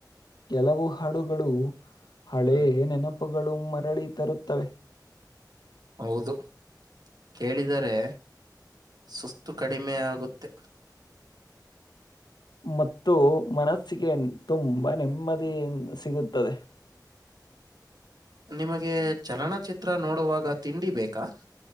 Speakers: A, on the left; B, on the right.
A: ಕೆಲವು ಹಾಡುಗಳು ಹಳೇ
B: ಹ್ಮ್.
A: ನೆನಪು ನೆನಪ್ಪುಗಳು ಮರಳಿ ತರುತ್ತವೆ
B: ಹೌದು ಕೇಳಿದರೆ ಸುಸ್ತು ಕಡಿಮೆ ಆಗುತ್ತೆ
A: ಮತ್ತು ಮನಸ್ಸಿಗೆ ತುಂಬಾ ನೆಮ್ಮದಿಯ ಸಿಗುತ್ತದೆ
B: ನಿಮಗೆ ಚಲನಚಿತ್ರ ನೋಡುವಾಗ ತಿಂಡಿ ಬೇಕಾ